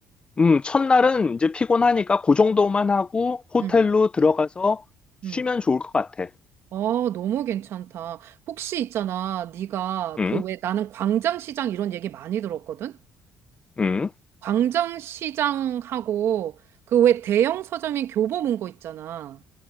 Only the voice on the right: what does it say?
응,
응.
어, 너무 괜찮다. 혹시 있잖아, 네가
그 왜 나는 광장시장 이런 얘기 많이 들었거든?
광장시장하고 그 왜 대형 서점인 교보문고 있잖아.